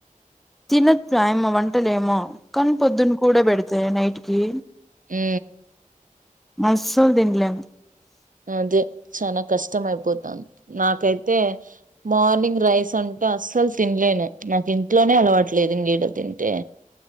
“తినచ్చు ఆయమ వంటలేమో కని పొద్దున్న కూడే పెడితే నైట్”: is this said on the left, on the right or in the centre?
Centre